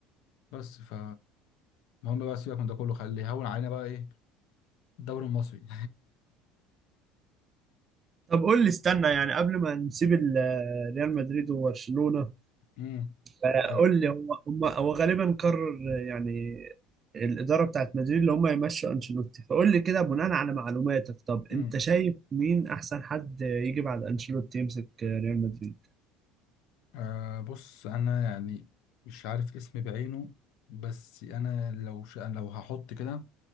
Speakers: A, on the left; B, on the right.
A: بس ف المهم بقى سيبك من ده كله خليه يهون علينا بقى ايه الدوري المصري
B: طب قول لي استنى يعني قبل ما نسيب ال- ريال مدريد وبرشلونه
A: <laughs> امم
B: آه،
A: ايوه
B: قول لي هم هم هو غالبا قرر يعني الاداره بتاعت مدريد اللي هم يمشوا انشيلوتي فقول لي كده بناء على معلوماتك طب
A: امم
B: انت شايف مين احسن حد يجي بعد انشيلوتي يمسك ريال مدريد
A: آه بص انا يعني مش عارف اسمي بعينه بس انا لو ش... لو هحط كده